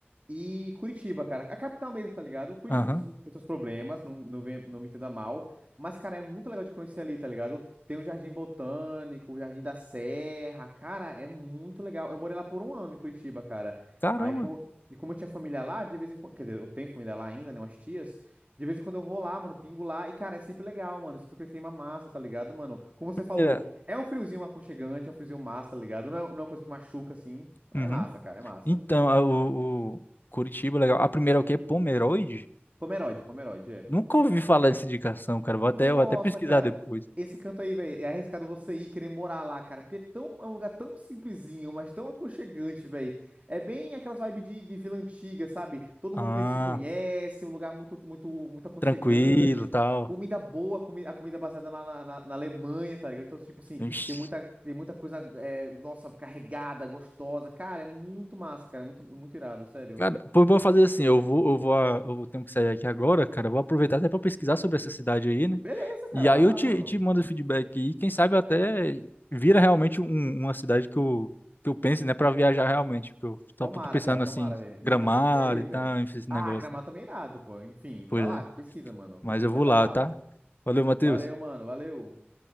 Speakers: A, on the right; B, on the left.
A: E Curitiba, cara, a capital mesmo, tá ligado? Curitiba
B: aham,
A: tem seus, tem seus problemas, não, não, vem- não me entenda mal, mas, cara, é muito legal de conhecer ali, tá ligado? Tem o Jardim Botânico, o Jardim da Serra, cara, é muito legal. Eu morei lá por um ano em Curitiba, cara.
B: Caramba.
A: Aí, como, e como eu tinha família lá, de vez em quando, quer dizer, eu tenho família lá ainda, né, umas tias, de vez em quando eu vou lá, mano, pingo lá, e, cara, é sempre legal, mano, sempre aquele clima massa, tá ligado, mano? Como você falou,
B: Era-
A: é um friozinho aconchegante, é um friozinho massa, tá ligado? Não é, não é uma coisa que machuca, assim,
B: Uhum.
A: é massa, cara, é massa.
B: Então, a- o, o Curitiba, legal. A primeira é o que? Pomeroide?
A: Pomerode, Pomerode, é.
B: Nunca ouvi falar dessa indicação, cara. Vou
A: Nossa,
B: até, vou até pesquisar
A: cara.
B: depois.
A: Esse canto aí, velho, é arriscado você ir querer morar lá, cara. Porque é, tão, é um lugar tão simplesinho, mas tão aconchegante, velho. É bem aquelas vibes de, de vila antiga, sabe? Todo
B: Ah,
A: mundo meio que se conhece, um lugar muito, muito, muito aconchegante.
B: tranquilo, tal.
A: Comida boa, comi a comida baseada lá na, na, na Alemanha, tá ligado? Então, tipo assim,
B: Ixi.
A: tem muita, tem muita coisa, é, nossa, carregada, gostosa. Cara, é muito massa, cara. é Muito, muito irado, sério.
B: Cara, pô, vou fazer assim, eu vou, eu vou, a- eu tenho que sair aqui agora, cara, eu vou aproveitar até para pesquisar sobre essa cidade aí, né?
A: Beleza, cara,
B: E aí
A: vai
B: eu
A: lá,
B: te,
A: mano.
B: te mando o feedback e quem sabe até vira realmente um- uma cidade que eu, que eu pense, né, para viajar realmente, porque eu só
A: Tomara,
B: tô pensando
A: cara, tomara,
B: assim,
A: velho. Meta
B: Gramado
A: bronca aí,
B: e tal,
A: velho.
B: enfim, esse
A: Ah,
B: negócio.
A: Gramado também é irado, pô. Enfim,
B: Pois
A: vai lá,
B: é,
A: pesquisa, mano.
B: mas eu
A: Meta
B: vou lá,
A: bala.
B: tá? Valeu, Matheus.
A: Valeu, mano, valeu.